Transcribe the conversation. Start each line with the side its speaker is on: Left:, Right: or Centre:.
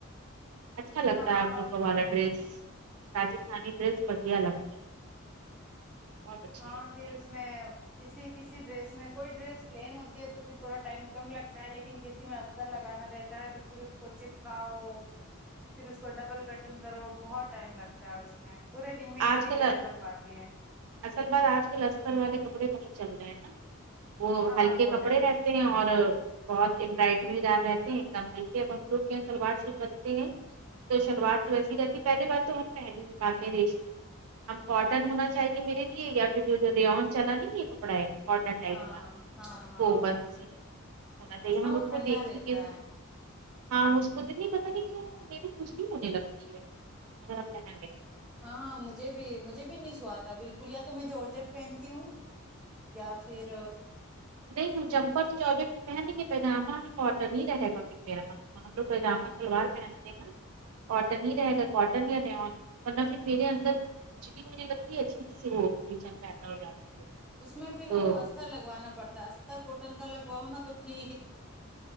Right: اچھا لگتا
Centre: ہاں
Right: ہے آپ لوگوں
Centre: اور
Right: والا ڈریس راجستھانی ڈریس بڑھیا لگتا ہے بہت اچھا
Centre: ہاں
Right: لگتا
Centre: پھر
Right: ہے
Centre: اس میں کسی کسی ڈریس میں کوئی ڈریس پلین ہوتی ہے تو پھر تھوڑا ٹائم کم لگتا ہے لیکن کسی میں تر لگانا رہتا ہے تو پھر اس کو چپکاؤ پھر اس کو ڈبل کٹنگ کرو بہت ٹائم لگتا ہے اس میں پورے دن میں ایک
Right: آج
Centre: ہی
Right: کل
Centre: ڈریس بن پاتی ہے
Right: اصل بات آج کل استر والے کپڑے بہت چل رہے ہیں نہ وہ
Centre: ہاں
Right: ہلکے
Centre: بہت
Right: کپڑے
Centre: زیادہ
Right: رہ تے ہیں اور بہت امبرائڈری زیا رہتے ہیں ایک دم ہلکے اب ہم لوگ کے سلوار سوٹ رکھتے ہیں تو شلوار ویسی رہتی پہلی بات تو ہم پہن ہی نہیں پاتے ریشمی اب کاٹن ہونا چاہئے میرے لئے یا پھر جو جورےان چلا نہیں یہ کپڑا ہے کاٹن ٹائپ
Centre: ہاں
Right: کا
Centre: ہاں ہاں
Right: وہ بس ہونا چاہیے
Centre: ہاں
Right: ہم
Centre: وہ
Right: اس کو
Centre: ٹھنڈا
Right: دیکھیں
Centre: رہتا
Right: کہ
Centre: ہے
Right: ہاں مجھ کو تو نہیں پتہ نہیں کیوں میرے کهجلی ہونے لگتی ہے <unintelligible>
Centre: ہاں ہاں مجے بھی مجھے بھی نہیں سوا تا بالکل یا تو میں جورجٹ پہنتی ہوں یا فر
Right: نہیں ہ چمپر تو جارٹ کی پہن کے پیجامہ کاٹن ہی رہے گا پھر میرا ہم لگ پائجامہ شلوار پہنتے ہیں نہ کاٹن ہی رہے گا کاٹن کاٹن یا رے ان ورنہ پھر میرے اندر کھجلی ہونے لگتی ہے عجیب سی وہ بے چین پیدا ہو جاتی ہے
Centre: اس میں پھر
Right: تو
Centre: وہ اس استر لگوانا پڑتا ہے